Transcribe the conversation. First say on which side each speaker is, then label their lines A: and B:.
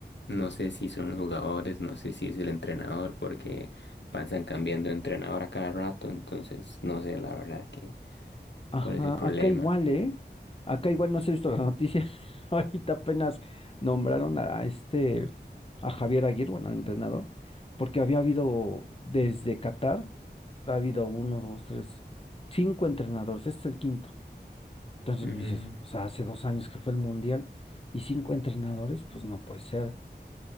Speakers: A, on the left; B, on the left.
A: no sé si son los jugadores, no sé si es el entrenador, porque pasan cambiando de entrenador a cada rato, entonces no sé la verdad que
B: Ajá,
A: cuál es el problema.
B: acá igual, ¿eh? Acá igual no se ha visto la noticia. <laughs> Ahorita apenas nombraron a este, a Javier Aguirre, bueno, al entrenador, porque había habido desde Qatar, ha habido uno, dos, tres, cinco entrenadores, este es el quinto. Entonces,
A: Ujú,
B: pues dices,
A: ujú.
B: o sea, hace dos años que fue el Mundial y cinco entrenadores, pues no puede ser.